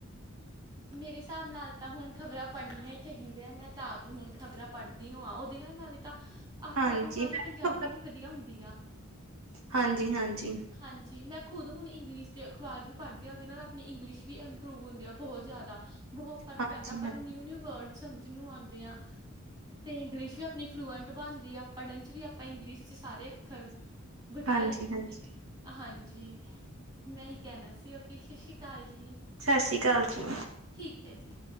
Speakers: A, on the right; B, on the right.
A: ਮੇਰੇ ਹਿਸਾਬ ਨਾਲ ਤਾਂ ਹੁਣ ਖ਼ਬਰਾਂ ਪੜ੍ਹਨੀਆਂ ਹੀ ਚਾਹੀਦੀਆਂ ਮੈਂ ਤਾਂ ਹੁਣ ਖ਼ਬਰਾਂ ਪੜ੍ਹਦੀ ਈਓ ਆ ਉਹਦੇ ਨਾਲ ਨਾਲੇ ਤਾਂ ਆਪਾਂ
B: ਹਾਂਜੀ
A: ਨੂੰ ਨਾਲੇ
B: ਮੈਂ
A: ਪੰਜਾਬੀ ਵੀ ਵਧੀਆ ਹੁੰਦੀ ਆ
B: ਹਾਂਜੀ ਹਾਂਜੀ ਹਾਂਜੀ
A: ਹਾਂਜੀ ਮੈਂ ਖੁਦ ਹੁਣ ਇੰਗਲਿਸ਼ ਦੇ ਅਖਬਾਰ ਵੀ ਪੜ੍ਹਦੀ ਆ ਉਹਦੇ ਨਾਲ ਆਪਣੀ ਇੰਗਲਿਸ਼ ਵੀ ਇੰਪਰੂਵ ਹੁੰਦੀ ਆ ਬਹੁਤ ਜ਼ਿਆਦਾ ਬਹੁਤ ਫ਼ਰਕ
B: ਹਾਂਜੀ
A: ਪੈਂਦਾ ਆਪਾਂ
B: ਹਾਂਜੀ
A: ਨੂੰ ਨਿਊ ਨਿਊ ਵਰਡ ਸਮਝ ਨੂੰ ਆਦੇ ਆ ਤੇ ਇੰਗਲਿਸ਼ ਵੀ ਆਪਣੀ ਫਲੂਐਂਟ ਬਣਦੀ ਆ ਪੜ੍ਹਨ ਚ ਵੀ ਆਪਾਂ ਇੰਗਲਿਸ਼ ਚ ਸਾਰੇ ਅੱਖਰ ਵਧੀਆ
B: ਹਾਂਜੀ
A: ਰਹਿੰਦੇ
B: ਹਾਂਜੀ
A: ਨੇ ਹਾਂਜੀ ਮੈਂ ਈ ਕਹਿਣਾ ਸੀ ਓਕੇ ਸਸ਼ਰੀ ਅਕਾਲ ਜੀ
B: ਸਤਿ ਸ੍ਰੀ ਅਕਾਲ ਜੀ
A: ਠੀਕ ਹੈ ਜੀ